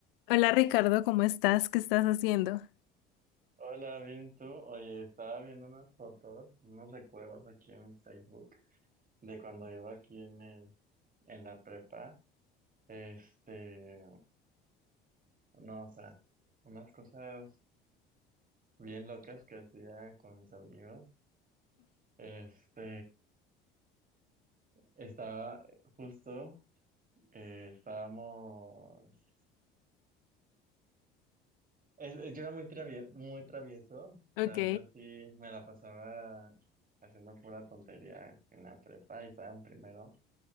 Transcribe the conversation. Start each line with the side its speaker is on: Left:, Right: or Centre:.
Left: Hola Ricardo, ¿cómo estás? ¿Qué estás haciendo?
Right: Hola, bien, ¿y tú? Oye, estaba viendo unas fotos, unos recuerdos aquí en Facebook de cuando iba aquí en, el- en la prepa. Este, no, o sea, unas cosas bien locas que hacía con mis amigos. Este, estaba justo, eh, estábamos, es- es- yo era muy travieso, muy travieso, o
Left: Ok,
Right: sea, yo sí me la pasaba haciendo pura tontería en la prepa y estaba en primero.